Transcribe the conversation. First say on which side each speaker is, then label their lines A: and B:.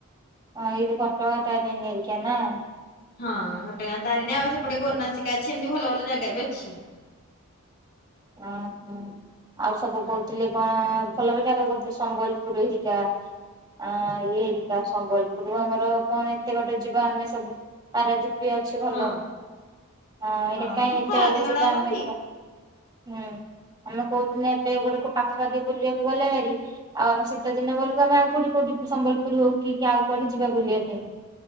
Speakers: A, on the right; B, on the left.
A: ହିଁ ଏଇ ଘଟ ଗାଁ ତାରିଣୀ ଘରିକା ନା ।
B: ହଁ ଘଟଗା ତାରିଣୀ ଆଉ ସେପଟେ ଗୋନାସିକା
A: ତାରିଣୀ।
B: ଅଛି ଏମିତି ଭଲ ଭଲ ଯାଗା ବି ଅଛି
A: ହଁ ହଁ ଆଉ ସବୁ
B: ହଁ।
A: କହୁଥିଲେ କଣ ଭଲ ଭଲ ଜାଗା କହୁ ଥିଲେ ସମ୍ବଲପୁର ଏରିକା ହଁ ଏରିିକା ସମ୍ୱଲ୍ ଏକରୁ ଆମର କଣ ଏତେ ବାଟ ଯିବା ଆମେ ସବୁ ପାରାଦିପ ବି ଅଛି ଭଲ
B: ହଁ।
A: ହଁ ଏଇଟା
B: କିନ୍ତୁ
A: କାଇଁ ଏତେ
B: ଖରା
A: ବଟ
B: ଦିନ
A: ଯିବା
B: ଟା ନୁହଁ
A: ଆମେ
B: କି?
A: ହୁଁ ଆମେ କୋଉ ଦିନ ଟେ ଗୋଟେ କୋଉ ପାଖାପାଖି ବୁଲି ବାକୁ ଗଲେ ଭାରି ଆଉ ଆମ ଶୀତ ଦିନ ବେଳକୁ ଆମେ ଆଉ କଉଠି କୋଉଠି ସମ୍ବଲପୁର ହଉ କି ଆଉ କୁଆଡେ ଯିବା ବୁଲିବା ପାଇଁ ।